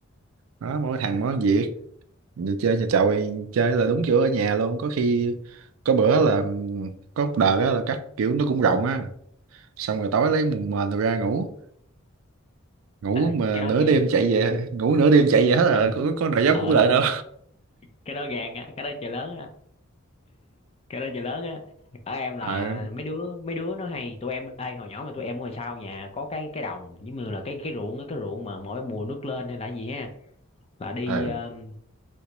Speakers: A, on the right; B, on the left.
A: đó mỗi thằng mỗi việc đi chơi nhà chậu chơi là đúng kiểu ở nhà luôn có khi có bữa là ừm, có một đợt á là cắt kiểu nó cũng rộng á xong rồi tối lấy mùng mền rồi ra ngủ ngủ
B: ê
A: mà
B: cái đó
A: nửa
B: ghê
A: đêm chạy về ngủ nửa đêm chạy về hết là
B: ờ
A: có, có nào dám
B: Ờ,
A: cũng lại đâu
B: cái đó gàn á cái đó trời lớn á cái đó trời lớn á ở em là
A: <laughs> ờ
B: mấy đứa mấy đứa nó hay tụi em ê hồi nhỏ mà tụi em ngồi sau nhà có cái cái đồng giống như là cái cái ruộng á, cái ruộng mà mỗi mùa nước lên hay là gì ha là đi
A: ờ
B: um,